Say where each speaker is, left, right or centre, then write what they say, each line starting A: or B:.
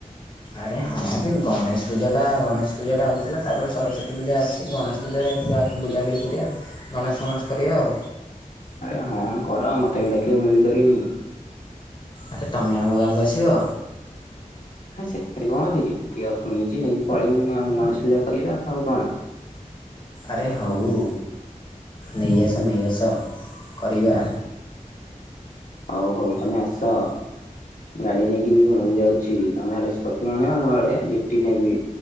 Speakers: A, on the left; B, on the left.
A: ଆରେ ହଁ ସେ ଗଣେଶ୍
B: ଗଣେଶ
A: ପୂଜାଟା
B: ଗଣେଶ
A: ଗଣେଶ୍
B: ପୂଜାରେ
A: ପୂଜାଟା
B: ହଉଥିଲା
A: ଆଉଥୁଲା ତାପରେ
B: ସରସ୍ୱତୀ
A: ସରସ୍ଵତୀ ପୂଜା
B: ଅଛି
A: ଅସି
B: ଗଣେଶ
A: ଗଣେଶ୍ ପୂଜାରେ
B: ପୂଜା
A: ଯାଇକି
B: ଗଣେଶ
A: ବୁଲାବୁଲି କରିବା ଗଣସ୍ ଫଣସ୍ କରିବା ଆଉ।
B: ଆରେ ହଁ କର ମତେ ବି ଡାକିବ ମୁଁ ବି କରିବି।
A: ଆରେ ତୁମେ ଆମ ଗାଁକୁ ଆସିବ।
B: ହଁ ସେଥିରେ କଁ ଅଛି ଜିତି କଁ ହେଇଛି ନେଇକି ପଳେଇବି ଗଣେଶ୍ ପୂଜା କରିବା ଆଉ କଁ।
A: ଆରେ ହୋଉ ନେଇ ଆସ ନେଇ ଆସ କରିବା।
B: ହୋଉ ହୋଉ ତମେ ଆସ। ଗାଡି ନେଇକି ବି ମୁଁ ଯାଉଛି ତମେ ହ୍ୟାଡେ ସ୍କର୍ପିଓ ଆଣିବ ମୁଁ ୟାଡେ ଜିଟି ନେବି।